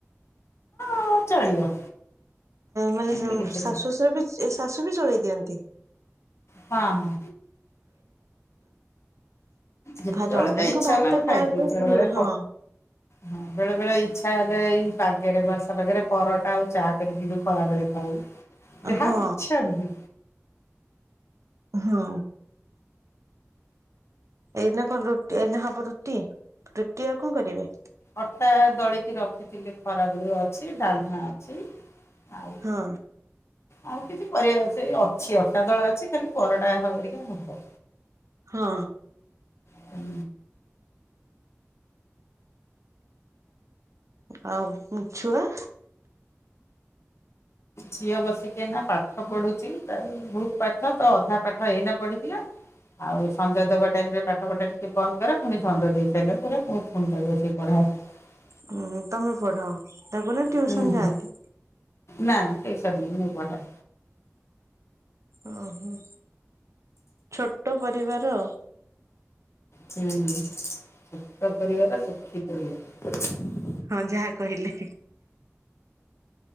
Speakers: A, on the left; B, on the right.
A: ହ ଚଳିବ
B: ମାନେ
A: ଏମିତି
B: ଶାଶୁ
A: କିଛି ନୁହଁ।
B: ଶଶୁର ବି ଶାଶୁ ବି ଚଳେଇ ଦିଅନ୍ତି।
A: ହଁ ହଁ ଯେତେବେଳେ
B: ହଁ ଜନ
A: ତ
B: ଜଣଙ୍କୁ
A: ଇଚ୍ଛା
B: ଭାତ
A: ହୁଏ ଆମେ ଖାଇଦଉ
B: ଖାଇବା ପାଇ
A: ବେଳେ
B: ଭଲ
A: ବେଳେ ପ
B: ହଁ
A: ହଁ ବେଳେ ବେଳେ ଇଚ୍ଛା ହେଲେ ଏଇ ପାାଗରେ ବର୍ଷା ପାଗରେ ପରଟା ଆଉ ଚା କରିକି ବି ଖରାବେଳେ ଖାଉ। ଯାହା
B: ହଁ
A: ଈଛା ହୁ।
B: ହଁ। ଏଇନା କଣ ରୁଟି ଏଇନା ହବ ରୁଟି ରୁଟି ଆଉ କଣ କରିବେ?
A: ଅଟା ଦଳିକି ରଖିଥିଲି ଖରାବେଳୁ ଅଛି ଡାଲମା ଅଛି। ଆଉ
B: ହଁ।
A: ଆଉ କିଛି କରିଆ ସେ ଅଛି ଅଟା ଦଳା ଅଛି ଖାଲି ପରଟା ହରିକା ହବ।
B: ହଁ।
A: ହୁଁ
B: ହଁଉ ଛୁଆ
A: ଝିଅ ବସିକି ଏଇନା ପାଠପଢୁଚି ତାର ବୋହୁତ ପାଠ ତ ଅଧା ପାଠ ଏଇନା ପଢିଦିଏ। ଆଉ ସଞ୍ଜ ଦେବା ଟାଇମ ରେ ପାଠ ପଢା ଟିକେ ବନ୍ଦ କରେ ପୁଣି ସଞ୍ଜ ଦେଇ ସାସାଇଲା ପରେ ମୁଁ ପୁଣି ତାକୁ ବସି ପଢା <unintelligible>
B: ହୁଁ ହୁଁ ତମେ ପଢାଅ ତାକୁ ନା ଟିଉସନ
A: ହୁଁ ହୁଁ
B: ଯାଆନ୍ତି?
A: ନା ନା ଟିଉସନ ମୁଁ ପଢାଏ।
B: ଓହୋ ଛୋଟ ପରିବାର।
A: ହୁଁ ଛୋଟ ପରିବାର ସୁଖୀ ପରିବାର।
B: ହଁ ଯାହା କହିଲେ।